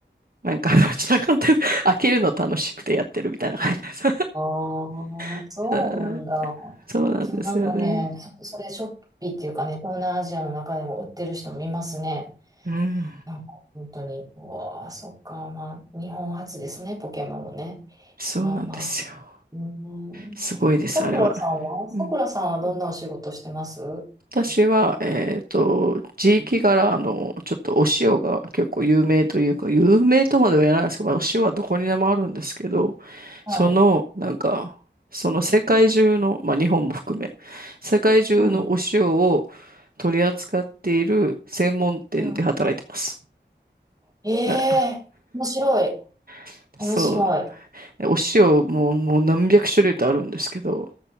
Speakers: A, on the right; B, on the right.
A: なんか、どちらかというと、開けるの楽しくてやってるみたいな感じです。
B: ああ、
A: <laughs>
B: そうなんだ。
A: そうなんですよね。
B: そう、なんかね、そ、それショッピーっていうかね、東南アジアの中でも売ってる人見ますね。
A: うん。
B: なんか本当に、うわあ、そっか、まあ、日本初ですね、ポケモンもね。
A: そうなんですよ。
B: まあまあ。うーん。
A: すごいです、
B: さくらさんはさくらさんはどんなお仕事してます
A: あれは。うん私は、えっと、地域柄、あの、ちょっとお塩が結構有名というか、有名とまでは言わないですけど、まあ、お塩はどこにでもあるんですけど、
B: はい。
A: その、なんか、その世界中の、まあ日本も含め、世界中のお塩を
B: うん。
A: 取り扱っている専門店で働いてます。
B: うん。え
A: はい
B: え面白い。
A: <laughs>
B: 面白い。
A: そう。ねお塩ももう何百種類とあるんですけど、